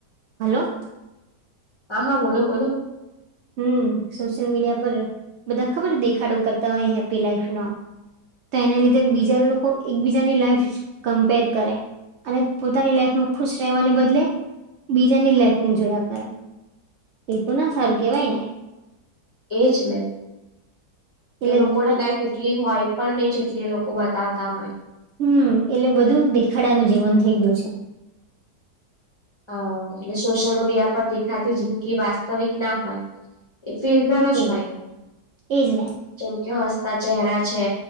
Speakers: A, on the right; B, on the left.
A: હલો?
B: હા હા બોલો બોલો.
A: હમ સોશિયલ મીડિયા પર બધા ખબર દેખાડો કરતા હોય હેપ્પી લાઈફ નો તો એના લીધે બીજા લોકો એકબીજાની લાઈફ કમ્પેર કરે. અને પોતાની લાઈફમાં ખુશ રહેવાને બદલે બીજાની લાઈફને જોયા કરે. એતો ના સારું કેવાય ને?
B: એજ ને
A: એટલે
B: એ લોકોની
A: આ
B: લાઈફ એટલી હોય પણ નહી જેટલી એ લોકો બતાવતા હોય.
A: હમ એટલે બધું દેખાડાનું જીવન થઈ ગયું છે.
B: હ એટલે સોશિયલ મીડિયા પર દેખાતી જિંદગી વાસ્તવિક ના હોય. એ ફિલ્ટર
A: હમ
B: જ હો.
A: એજ ને
B: જેમકે હસતા ચેરા છે